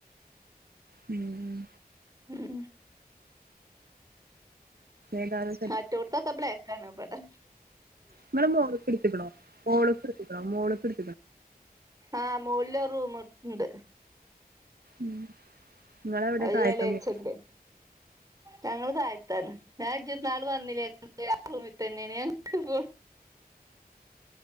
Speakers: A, on the right; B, on the right.
A: ഉം
B: ഉം
A: ഏതായാലും
B: മറ്റോടെതെക്കെ ബ്ലെക്ക്ണാടിവെടെ.
A: നിങ്ങളെ മോളേ പിടിപ്പക്കണോ? മോളു പിടിക്കണോ? മോളുപിടി
B: ആഹ് മോളില് റൂമൊണ്ട്
A: ഉം ഇങ്ങളെവിടെ
B: അയാളേച്ചേന്റെ
A: താഴത്തെ മോ
B: ഞങ്ങള് താഴത്തെ. ഞാൻ ജി ന്നാള് വന്നില്ലേ. ഞങ്ങളെ ആ റൂമിൽ തന്നെയാണ്. ഞങ്ങളിപ്പോൾ